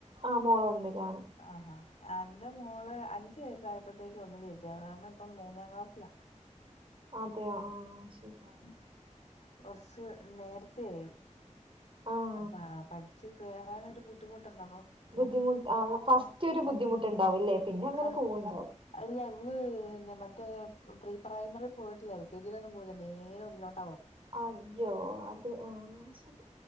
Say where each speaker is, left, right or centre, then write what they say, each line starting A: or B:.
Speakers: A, on the right; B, on the left.
A: ആ മോളൊന്നിലാണ്
B: ആഹാ എന്റെ മോള് അഞ്ചു വയസ്സായ ഇപ്പത്തേക്ക് ഒന്നിലിരുത്തിയാത കാരണം ഇപ്പ മൂന്നാം ക്ലാസ്സിലാ
A: അതെയ ആഹ് ശരിയ
B: കൊറച്ച് നേരത്തെയായി
A: ആഹ്
B: അപ്പ പഠിച്ച് കേറാനൊരു ബുദ്ധിമുട്ടുണ്ട അപ്പൊ
A: ബുദ്ധിമുട്ട് ആഹ് ഫസ്റ്റ് ഒരു ബുദ്ധിമുട്ടുണ്ടാവൂല്ലേ പിന്നെ അങ്ങനെ
B: ആഹ്
A: പോവണ്ടാവും
B: അല്ല ഇവള് പിന്നെ മറ്റേ പ്രീ പ്രൈമറി പോയിട്ടില്ല എൽ കെ ജിയിലൊന്നും പോയില്ല നേരെ ഒന്നുലോട്ട
A: അയ്യോ അത് ഉം ശരി